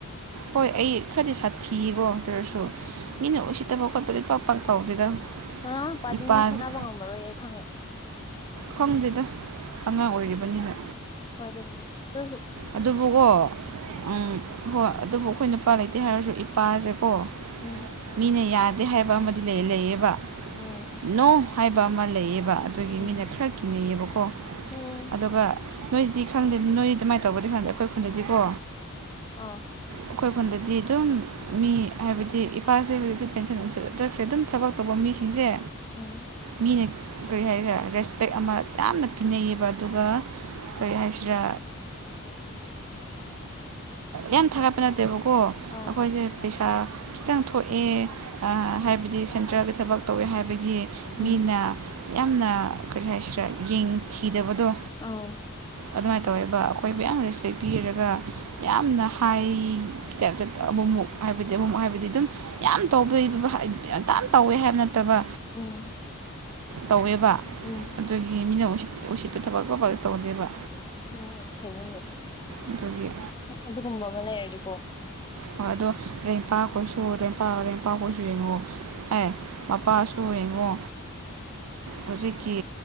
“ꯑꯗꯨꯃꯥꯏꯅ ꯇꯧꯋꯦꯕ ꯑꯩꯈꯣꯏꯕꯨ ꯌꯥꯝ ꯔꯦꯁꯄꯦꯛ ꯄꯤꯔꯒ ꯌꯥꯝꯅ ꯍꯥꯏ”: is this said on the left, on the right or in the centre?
Right